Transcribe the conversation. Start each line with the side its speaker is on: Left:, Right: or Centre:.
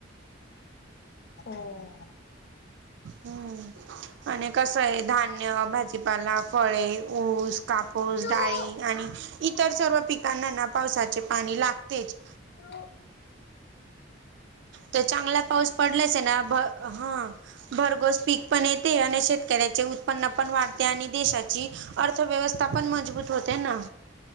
Left: हो
Right: हम्म आणि कस आहे धान्य, भाजीपाला, फळे, ऊस कापूस,
Left: हा
Right: डाळी आणि इतर सर्व पिकांना ना पावसाचे पाणी लागतेच.
Left: हो
Right: तर चांगला पाऊस पडलाच आहे ना. भ हं भरघोस पीक पण येते, आणि शेतकऱ्याचे उत्पन्न पण वाढते, आणि देशाची अर्थव्यवस्था पण मजबूत होते ना.